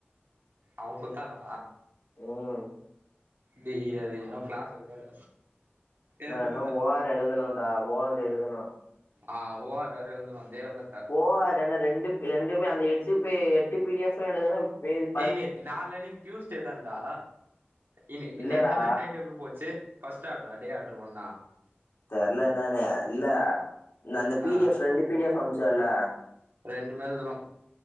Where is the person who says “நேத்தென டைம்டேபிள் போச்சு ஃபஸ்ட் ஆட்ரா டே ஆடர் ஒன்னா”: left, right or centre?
Right